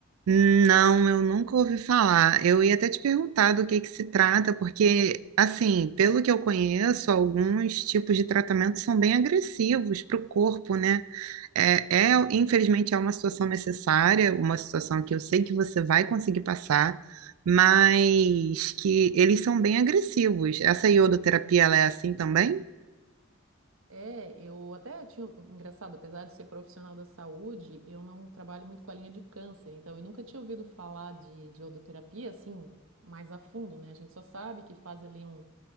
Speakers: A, on the right (about 85°); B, on the right (about 65°).
A: Não, eu nunca ouvi falar. Eu ia até te perguntar do que que se trata, porque, assim, pelo que eu conheço, alguns tipos de tratamento são bem agressivos para o corpo, né? É, é, infelizmente, é uma situação necessária, uma situação que eu sei que você vai conseguir passar, mas que eles são bem agressivos. Essa iodoterapia, ela é assim também?
B: É, eu até tinha, engraçado, apesar de ser profissional da saúde, eu não trabalho muito com a linha de câncer, então eu nunca tinha ouvido falar de, de iodoterapia assim, mais a fundo, né? A gente só sabe que faz ali um,